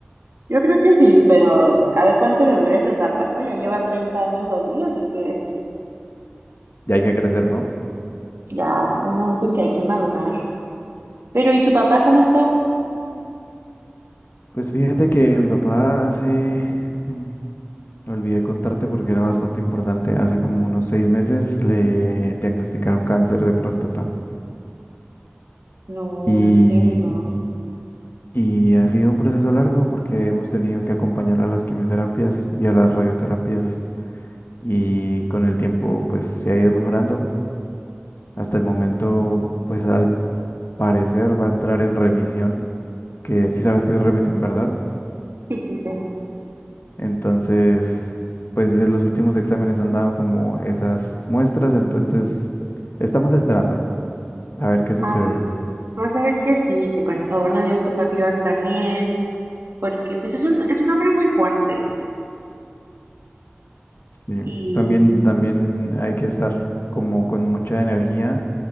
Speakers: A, on the right; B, on the left.
A: Yo creo que sí, pero a ver cuánto le dura esa etapa, ¿no? Ya lleva 30 años así, así que
B: Ya hay que crecer, ¿no?
A: ya hay un momento en que hay que madurar. Pero ¿y tu papá cómo está?
B: Pues fíjate que mi papá hace... mm, Olvidé contarte porque era bastante importante. Hace como unos seis meses le diagnosticaron cáncer de próstata
A: No,
B: y,
A: lo siento.
B: y ha sido un proceso largo porque hemos tenido que acompañar a las quimioterapias y a las radioterapias y con el tiempo pues se ha ido mejorando. Hasta el momento pues al parecer va a entrar en remisión, que sí sabes que es remisión, ¿verdad?
A: Sí, sí, sí.
B: Entonces pues en los últimos exámenes han dado como esas muestras, entonces estamos esperando. A ver qué sucede.
A: Ay, vas a ver que sí, que con el favor de Dios tu papi va a estar bien porque pues es un, es un hombre muy fuerte
B: Sí.
A: y
B: También, también hay que estar como con mucha energía